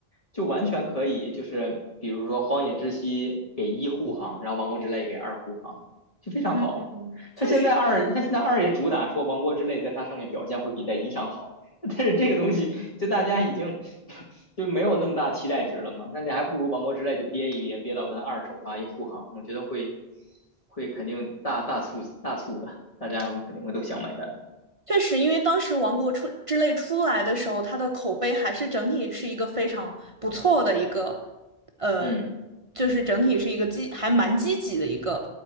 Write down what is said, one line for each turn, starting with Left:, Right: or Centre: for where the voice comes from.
Left: 就完全可以，就是比如说《荒野之息》给一护航，然后王国之泪给二护航，就非常好啊。
Right: 嗯，确实，
Left: 他现在二，他现在二也主打说王国之泪在它上面表现会比在一上好，<laughs> 但是这个东西就大家已经就没有那么大期待值了嘛，那你还不如王国之泪就憋一憋，憋到跟二首发一护航，我觉得会会肯定大大促大促的，大家肯定会都想买单，
Right: 确实，因为当时《王国出之泪》出来的时候，它的口碑还是整体是一个非常不错的一个，呃，
Left: 嗯
Right: 就是整体是一个积还蛮积极的一个，